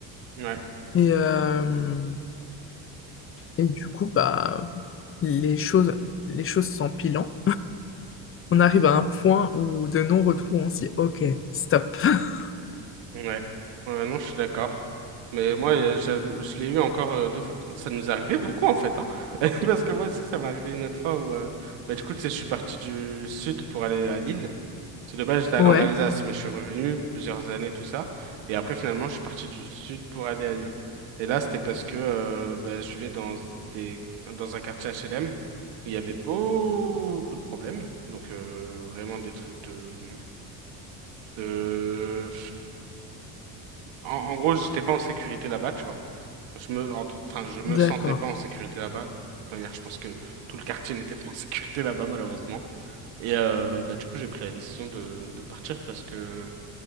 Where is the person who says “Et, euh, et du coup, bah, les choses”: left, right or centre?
Left